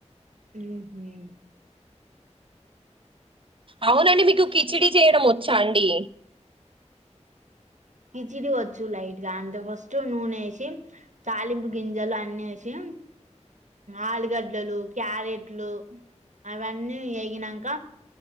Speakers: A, on the right; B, on the right.
A: హు మ్మ్
B: అవునండి మీకు కిచిడి చేయడం వచ్చా అండి
A: కిచిడి వచ్చు లైట్ గా అంటే ఫస్ట్ నూనె వేసి తాలింపు గింజలు అన్ని ఎసి <inaudible> ఆలుగడ్లలు క్యారెట్లు అవన్నీ వేగినాక